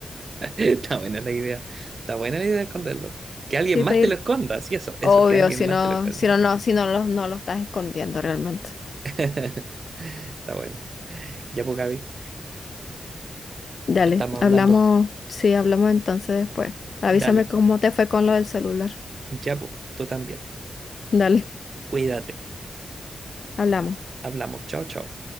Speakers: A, on the right; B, on the left.
A: Está buena la idea. Está buena la idea de esconderlo. Que alguien
B: sí,
A: más
B: pedir,
A: te lo esconda, sí, eso, eso,
B: obvio,
A: que alguien
B: si
A: más
B: no,
A: te lo esconda.
B: si no, no, si no, lo- no lo estás escondiendo realmente.
A: <laughs> Está bueno. Ya pues, Gaby,
B: Dale,
A: estamos hablando.
B: hablamos, sí, hablamos entonces después. Avísame
A: Dale,
B: cómo te fue con lo del celular.
A: ya, pues, tú también.
B: Dale,
A: Cuídate.
B: hablamos.
A: Hablamos. Chao, chao.